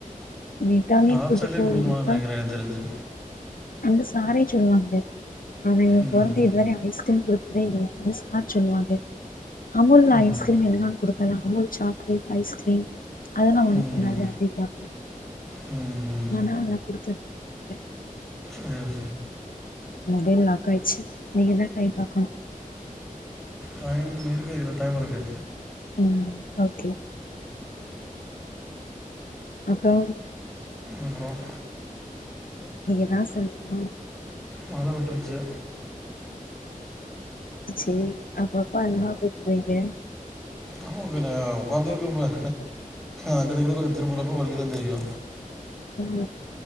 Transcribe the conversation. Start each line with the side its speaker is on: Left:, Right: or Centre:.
Left: நீதாங்க
Centre: டார்க்
Left: கூட்டு
Centre: சாக்லேட்
Left: போ
Centre: கொடுக்கலாம்னு
Left: ரீதா
Centre: நினைக்கிறேன் எனக்கு தெரிஞ்சு
Left: அந்த சாரே சொல்லுவாங்க ஆனா இங்க
Centre: ம்
Left: பொறந்து இதுவரையும் அ கொடுத்ததே என் சார் சொல்லுவாங்க அமுல்
Centre: ம்
Left: ஐஸ்கிரீம் எதுணா கொடுக்க அமுல் சாக்லட் ஐஸ்கிரீம் ப்ப அதெல்லாம் ஒண்ணும்
Centre: ம்
Left: பண்ணாத அப்டிமா
Centre: ம் ம்
Left: ஆனா நல்ல குடிச்சது மாற
Centre: உம்
Left: மொபைல் லாக் ஆயிடுச்சு நீங்க தான் டை ம் பாக்கணும்
Centre: டைம் இருக்குக்குன்ன டைம் இருக்கு
Left: ம் ஓகே அப்போ
Centre: அப்பறோம்
Left: நீங்கதான் சொல்ணும்
Centre: மழை விட்டுருச்சு
Left: சேரி அப்ப அப்பா அா கூப்பிட்டு போயது <unintelligible>
Centre: ஆமாக பின்ன உட்காந்து இருக்க முடிய அங்குட்டு இங்குட்டு திரும்புரப்ப வலி து தெரியா
Left: உம்